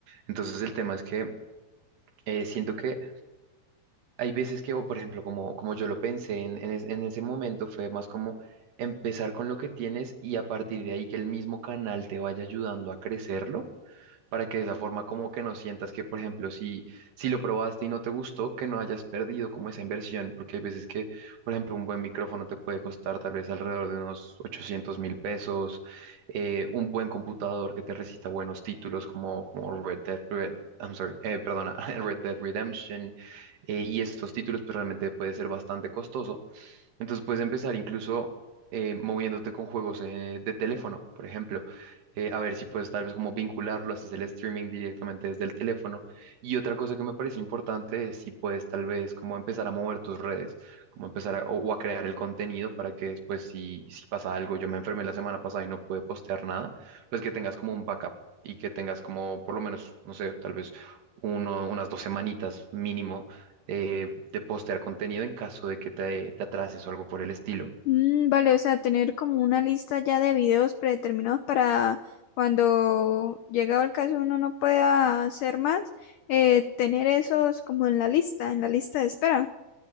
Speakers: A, on the right; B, on the left.
A: Entonces el tema es que eh, siento que hay veces que, o por ejemplo, como, como yo lo pensé en, en es- en ese momento, fue más como empezar con lo que tienes y a partir de ahí que el mismo canal te vaya ayudando a crecerlo para que de esa forma como que no sientas que, por ejemplo, si, si lo probaste y no te gustó, que no hayas perdido como esa inversión, porque hay veces que, por ejemplo, un buen micrófono te puede costar tal vez alrededor de unos ochocientos mil pesos, eh, un buen computador que te resista buenos títulos como, como Red Dead, Red, I'm sorry, eh, perdona, <laughs> Red Dead Redemption, eh, y estos títulos pues realmente puede ser bastante costoso entonces puedes empezar incluso eh, moviéndote con juegos eh, de teléfono, por ejemplo. Eh, a ver si puedes tal vez como vincularlo, haces el streaming directamente desde el teléfono. Y otra cosa que me parece importante es si puedes tal vez como empezar a mover tus redes, como empezar a, o, o a crear el contenido para que después si, si pasa algo, yo me enfermé la semana pasada y no pude postear nada, pues que tengas como un backup y que tengas como por lo menos, no sé, tal vez uno, unas dos semanitas mínimo eh, de postear contenido en caso de que te, te atrases o algo por el estilo.
B: Mm, vale, o sea, tener como una lista ya de videos predeterminados para cuando llegado el caso uno no pueda hacer más, eh, tener esos como en la lista, en la lista de espera.